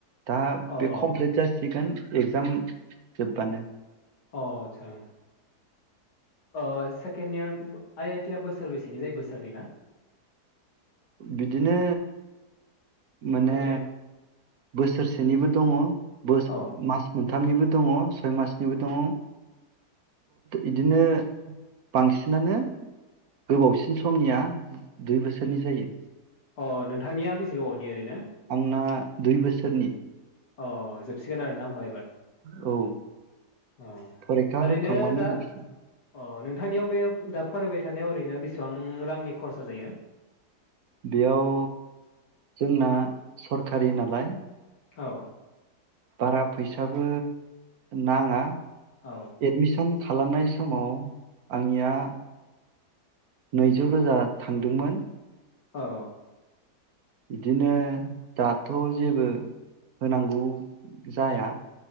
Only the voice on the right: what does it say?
दा
बे
कमप्लेट जासिगोन। एग्जाम जोब्बानो
बिदिनो माने
बोसोरसेनिबो दङ बस
मास मोन थामनिबो दङ सय मास निबो दङ बिदिनो बांसिनानो गोबावसिन समनिया दुइ बोसोरनि जायो <inaudible>
आंना दुइ बोसोरनि
औ
फरिखा
होखांबानो
जोबसिगोन
बेयाव जोंना सरखारि नालाय
बारा फैसाबो नाङा
एडमिसन खालामनाय समाव आंनिया नैजौ रोजा थांदोंमोन।
बिदिनो दाथ जेबो होनांगौ जाया।